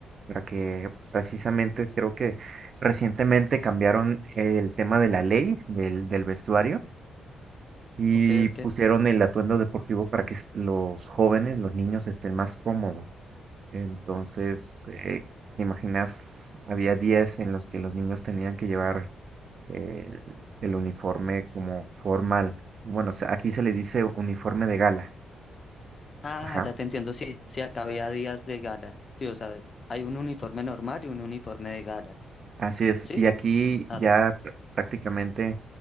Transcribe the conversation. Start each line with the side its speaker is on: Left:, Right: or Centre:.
Right: para que precisamente creo que recientemente cambiaron el tema de la ley del, del vestuario y
Left: ok, ok.
Right: pusieron el atuendo deportivo para que est- los jóvenes, los niños estén más cómodos. Entonces, eh, ¿te imaginas, había días en los que los niños tenían que llevar eh, el, el uniforme como formal. Bueno, se- aquí se le dice uniforme de gala.
Left: Ah,
Right: Ajá.
Left: ya te entiendo, sí, sí, acá había días de gala. Sí, o sea, hay un uniforme normal y un uniforme de gala.
Right: Así es.
Left: ¿Sí?
Right: Y aquí
Left: Ah,
Right: ya
Left: dale.
Right: pr- prácticamente